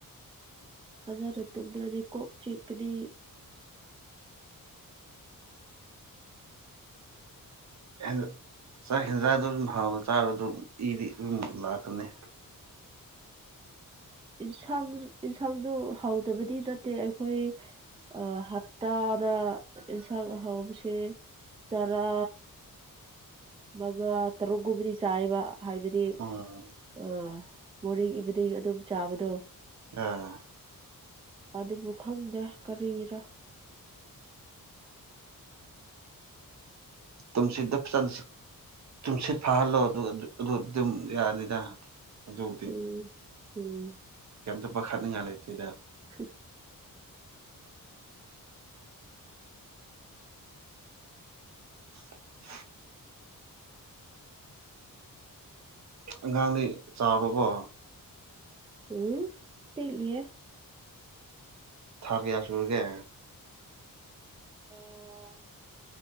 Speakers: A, on the right; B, on the right.
A: ꯐꯖꯥꯅ ꯇꯨꯗ꯭ꯔꯗꯤ ꯀꯣꯛ ꯆꯤꯛꯀꯅꯤ
B: ꯍꯦ ꯆꯥꯛ ꯍꯦꯟꯖꯥꯡꯗꯨ ꯑꯗꯨꯝ ꯍꯥꯎꯅ ꯆꯥꯔꯁꯨ ꯏꯗꯤ ꯑꯗꯨꯝ ꯂꯥꯛꯀꯅꯤ
A: ꯏꯟꯁꯥꯡ ꯌꯦꯟꯁꯥꯡꯗꯨ ꯍꯥꯎꯗꯕꯗꯤ ꯅꯠꯇꯦ ꯑꯩꯈꯣꯏ ꯑꯥ ꯍꯞꯇꯥ ꯏꯟꯁꯥꯡ ꯑꯍꯥꯎꯕꯁꯦ ꯆꯔꯥ ꯃꯉꯥ ꯇꯔꯨꯛꯒꯨꯝꯕꯗꯤ ꯆꯥꯏꯕ ꯍꯥꯏꯕꯗꯤ
B: ꯎꯝ
A: ꯑ ꯃꯣꯔꯅꯤꯡ ꯏꯕꯤꯅꯤꯡ ꯑꯗꯨꯝ ꯆꯥꯕꯗꯣ
B: ꯑꯥ
A: ꯑꯗꯨꯕꯨ ꯈꯪꯗꯦ ꯀꯔꯤꯔ
B: ꯇꯨꯝꯁꯤꯗ ꯐꯖꯟ ꯇꯨꯝꯁꯤꯠ ꯐꯥꯍꯜꯂꯣ ꯑꯗꯨ ꯑꯗꯨ ꯑꯗꯨꯝ ꯌꯥꯔꯅꯤꯗ ꯑꯗꯨꯕꯨꯗꯤ
A: ꯎꯝ ꯎꯝ
B: ꯀꯩꯝꯇ ꯄꯥꯈꯠꯅꯤꯡꯉꯥꯏ ꯂꯩꯇꯦꯗ
A: ꯑꯝ
B: <inaudible> ꯑꯉꯥꯡꯗꯤ ꯆꯥꯎꯔꯕꯣ
A: ꯎꯝ ꯄꯤꯛꯂꯤꯌꯦ
B: ꯊꯥ ꯀꯌꯥ ꯁꯨꯨꯔꯒꯦ
A: ꯑꯣ